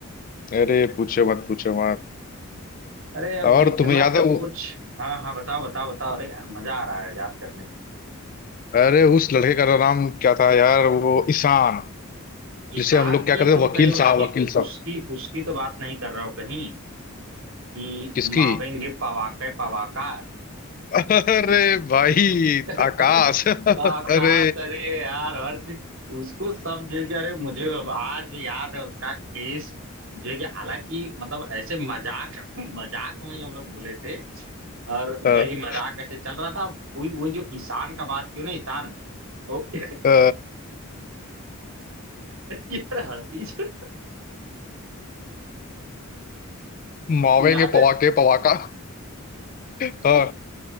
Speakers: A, on the left; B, on the right.
A: अरे पूछो मत पूछो मत
B: अरे अब
A: और
B: इतना
A: तुम्हें याद
B: सब
A: है वो
B: कुछ हाँ हाँ बताओ बताओ बताओ अरे यार मजा आ रहा है याद करने में
A: अरे उस लड़के का नाम क्या था यार वो ईशान
B: ईशान
A: जिसे हम लोग क्या
B: की
A: कहते
B: तुम
A: थे वकील
B: कहीं उसकी
A: साहब वकील साहब
B: उसकी उसकी तो बात नहीं कर रहे हो कहीं कि
A: किसकी
B: मावेंगे पवाके पवाकार
A: अरे भाई
B: <laughs>
A: आकाश अरे
B: आकाश अरे यार हर चीज उसको सब जगह अरे मुझे अब आज भी याद है उसका केस जो कि हालांकि मतलब ऐसे मजाक <laughs> मजाक में ही हम लोग बोले थे और
A: अ,
B: जो है कि मजाक ऐसे चल रहा था कोई वो जो ईशान का बात क्यों ना ईशान ओ <laughs>
A: अ,
B: यार हंसी छूटी।
A: मावेंगे
B: याद है
A: पवाके पवाका हाँ